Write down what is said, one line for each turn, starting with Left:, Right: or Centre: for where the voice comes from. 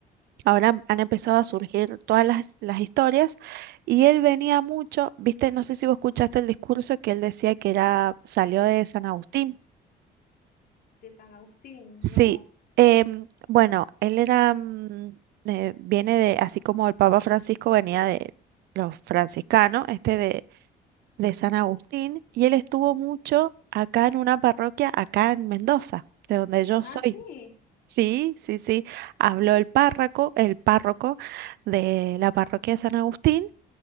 Right: ahora han han empezado a surgir todas las, las historias y él venía mucho, viste, no sé si vos escuchaste el discurso que él decía que era, salió de San Agustín.
Left: de San Agustín,
Right: Sí,
Left: no.
Right: em, bueno, él era, mm, eh, viene de, así como el Papa Francisco venía de los franciscanos, este de, de San Agustín, y él estuvo mucho acá en una parroquia, acá en Mendoza, de donde yo
Left: Ah,
Right: soy.
Left: sí.
Right: Sí, sí, sí, habló el párroco, el párroco de la parroquia de San Agustín,